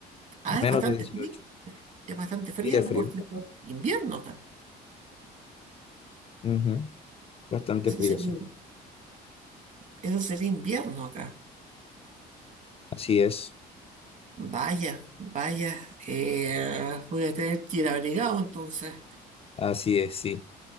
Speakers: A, on the right; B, on the left.
A: Ah,
B: Menos
A: es bastante
B: de 18.
A: fría, es bastante fría
B: Y de frío.
A: porque es invierno acá.
B: Ujú, Bastante
A: Eso
B: frío,
A: sería,
B: sí.
A: un- eso sería invierno acá.
B: Así es.
A: Vaya, vaya. eh, voy a tener que ir abrigado entonces.
B: Así es, sí.